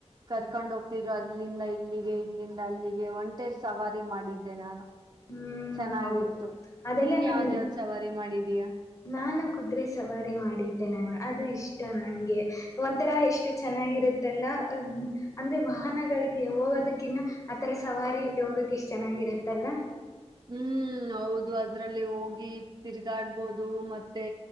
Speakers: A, on the right; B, on the left.
A: ಕರ್ಕೊಂಡ್ ಹೋಗ್ತಿದ್ರು ಅಲ್ಲಿಂದ ಇಲ್ಲಿಗೆ ಇಲ್ಲಿಂದ ಅಲ್ಲಿಗೆ ಒಂಟೆ ಸವಾರಿ ಮಾಡಿದ್ದ ನಾನು
B: ಹ್ಮ್
A: ಚೆನ್ನಾಗಿತ್ತು
B: ಹೌದು ಅದೆಲ್ಲ
A: ನೀನ್
B: ನೋಡಿ
A: ಯಾವ್ದೇ ಸವಾರಿ ಮಾಡಿದೀಯಾ
B: ನಾನು ಕುದುರೆೆ ಸವಾರಿ ಮಾಡಿದ್ದೆ ನಾನು ಅದು ಇಷ್ಟ ನಂಗೆ ಒಂಥರಾ ಎಷ್ಟು ಚೆನ್ನಾಗಿರುತ್ತಲ್ಲ ಅಂದ್ರೆ ವಾಹನಗಳಿಗೆ ಹೋಗೋದಕ್ಕಿನ್ನ ಆತರ ಸವಾರಿಯಲ್ಲಿ ಹೋಗಕ ಎಷ್ಟ್ ಚೆನ್ನಾಗಿರುತ್ತಲ್
A: ಹ್ಮ್ ಹೌದು ಅದ್ರಲ್ಲಿ ಹೋಗಿ ತಿರ್ಗಾಡ್ಬೋದು ಮತ್ತೆ